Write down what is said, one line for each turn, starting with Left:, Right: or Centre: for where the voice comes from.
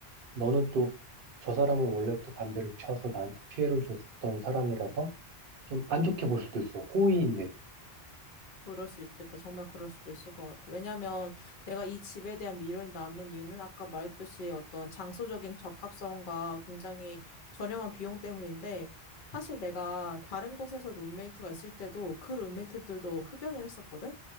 Right: 너는 또 저 사람은 원래부터 담배를 피워서 나한테 피해를 줬던 사람이라서 좀 안 좋게 볼 수도 있어. 호의인데도.
Left: 그럴 수 있겠다. 정말 그럴 수도 있을 것 같아. 왜냐하면 내가 이 집에 대한 미련이 남는 이유는 아까 말했듯이 어떤 장소적인 적합성과 굉장히 저렴한 비용 때문인데 사실 내가 다른 곳에서 룸메이트가 있을 때도 그 룸메이트들도 흡연을 했었거든?